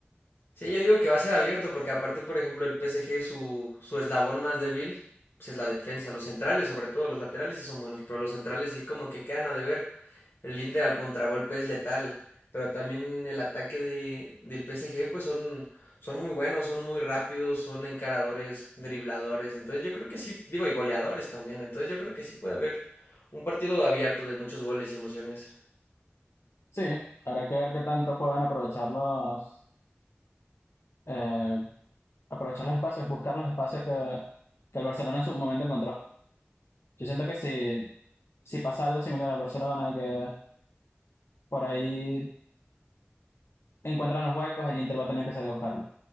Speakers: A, on the left; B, on the left.
A: Sí, yo digo que va a ser abierto, porque aparte, por ejemplo, el PSG, su, su eslabón más débil, pues es la defensa. Los centrales, sobre todo, los laterales sí son buenos, pero los centrales sí como que quedan a deber. El Inter al contragolpe es letal, pero también el ataque de, del PSG, pues son, son muy buenos, son muy rápidos, son encaradores, dribladores. Entonces yo creo que sí, digo, y goleadores también. Entonces yo creo que sí puede haber un partido abierto de muchos goles y emociones.
B: Sí, habrá que ver qué tanto puedan aprovechar los, eh, aprovechar los espacios, buscar los espacios que, que el Barcelona en su momento encontró. Yo siento que si, si pasa algo similar al Barcelona, que por ahí encuentran los huecos, el Inter va a tener que salir a buscarlo.